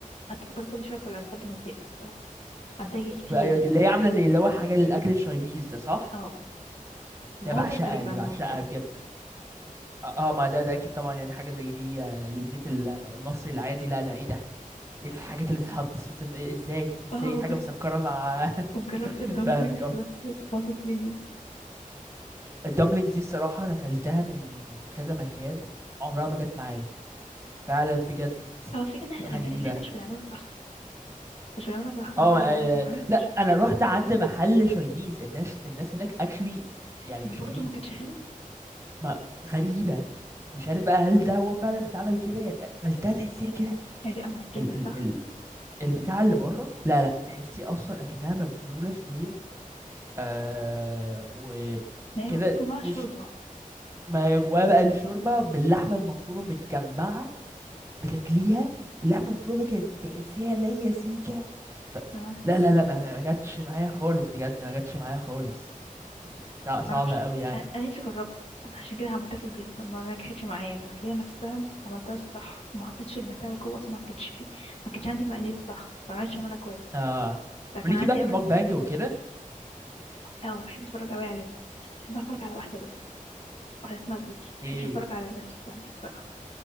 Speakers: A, on the left; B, on the right.
A: قعدت فتره كل شويه اكلها لحد ما زهقت الصراحه هتاجي
B: بقى-
A: كتير
B: أيوة دي اللي هي عامله زي اللي هو حاجه للاكل الشايليز ده صح
A: اه ما
B: ده
A: هو
B: بعشقها
A: ده الغريب
B: دي
A: عن
B: بعشقها
A: مامتي
B: بجد اه آه، ما ده ده اكيد طبعا يعني حاجه زي دي آه، للبيت ال- المصري العادي لا ده ايه ده ايه الحاجات اللي تتحط سويت إن- إيه- ازاي ازاي
A: اه وج-
B: حاجه مسكره مع <laughs>
A: وجربت الدمبلينجز
B: فاهمك اهو
A: بس باظت مني
B: الدمبلينجز دي الصراحه انا اكلتها من كذا مكان عمرها ما جت معايا فعلا بجد
A: هو الفكرة ان احنا
B: غريبه
A: الأما- ان احنا مش بنعملها صح مش بنعملها صح انت
B: اه
A: لو
B: آه،
A: لو حضرتك
B: لا
A: مش
B: انا رحت عند محل شاينيز الناس الناس هناك اكشلي يعني
A: برضه
B: شاينيز
A: ما كانتش حلوة
B: ما غريبة مش عارف بقى هل ده هو فعلا بيتعمل كده يعني اكلتها تحسيها كده
A: هتبقى معجنة
B: ال ال
A: صح
B: ال البتاع اللي بره لا لا تحسيه اصلا اكنها مبلولة شوية آه وكده
A: ما هي المفروض جواها
B: مش
A: شوربة
B: ما هي جواها بقى الشوربة باللحمة المفرومة متجمعة بتاكليها اللحمة المفرومة كانت تحسيها ليا سيكة ف...
A: اه
B: لا لا لا ما ما- ما جاتش معايا خالص بجد ما جاتش معايا خالص لا
A: معرفش
B: صعبة قوي يعني
A: انا أنا نفسي اجربها أنا عشان كده عملتها في البيت طب ما نجحتش معايا يعني المعجنة نفسها عملتها الصح ما حطيتش البتاع جوه أصل ما كانش فيه ما كانش عندي المقادير الصح ما عرفتش اعملها كويس
B: اه
A: فكان
B: وليكي
A: عندي
B: بقى في
A: امل
B: الموك بانج
A: إن-
B: وكده
A: اه بحب اتفرج قوي عليهم بحب اتفرج على واحدة بس واحدة اسمها بوكي
B: ايه
A: مبحبش اتفرج على الناس التانية